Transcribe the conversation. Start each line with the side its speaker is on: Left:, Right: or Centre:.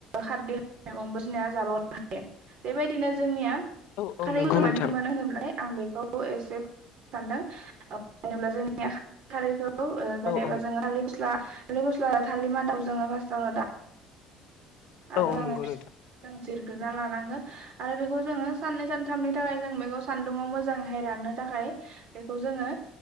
Right: खारदै मैगंबो सिनाया जाबावनो हायो बेबायदिनो जोंनिया
Left: औ औ
Right: खारै
Left: नंगौ
Right: जों
Left: नोंथां
Right: मानाफाराय मोनो होनोब्ला आं बेखौ एसे सानदों जोब्ला जोंनि खारैखौ जेनेबा
Left: औ औ
Right: जोङो थालिर गस्ला थालिर गस्ला थालिर मादा जोङो फार्स्टआवनो दा आरो
Left: औ
Right: लांनाय
Left: औ नंगौ
Right: बिफांखौ
Left: नोंथां
Right: जिरो। जिरना लानांगोन आरो बेखौ जोङो साननै सानथामनि थाखाय जों बेखौ सानदुंङाव मोजाङैहाय राननो थाखाय बेखौ जोङो